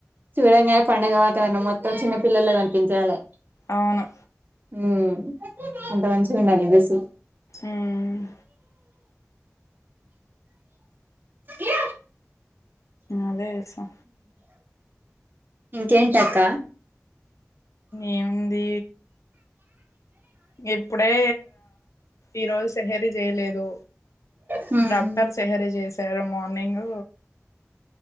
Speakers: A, on the right; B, on the left.
A: చూడంగా పండగ వాతావరణం మొత్తం చిన్న పిల్లలుగా కనిపించాలి
B: అవును
A: ఉమ్ అంత మంచిగా ఉండాలి చూసి
B: ఉమ్
A: ఏ
B: అదే చేసా
A: ఇంకేంటక్క
B: ఏముంది ఇప్పుడే ఈరోోజు సెహరి చేయలేదు
A: హ్మ్
B: డాక్టర్ సెహరి చేశారు మార్నింగ్